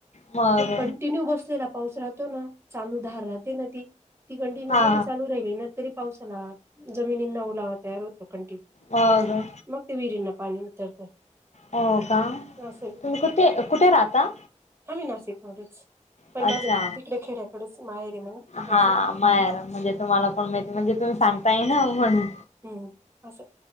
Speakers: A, on the left; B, on the right.
A: मग
B: हे कंटिन्यू बसलेला पाऊस राहतो ना, चालू धार राहते ना ती ती कंटिन्यू
A: हा
B: जरी चालू राहिली ना, तरी पावसाला जमिनींना ओलावा तयार होत कंटिन्यू.
A: हां, ग.
B: मग ते विहिरींना पाणी उतरतं.
A: हो का?
B: असंय
A: तुम्ही कुठे, कुठे राहता?
B: आम्ही नाशिकमध्येच. पण
A: अच्छा.
B: माझं तिकडे खेड्याकडेच माहेर आहे म्हणा माझं
A: हा, माहेरात म्हणजे तुम्हाला पण माहिती, म्हणजे तुम्ही सांग ताय ना, म्हणुन.
B: हं, असं,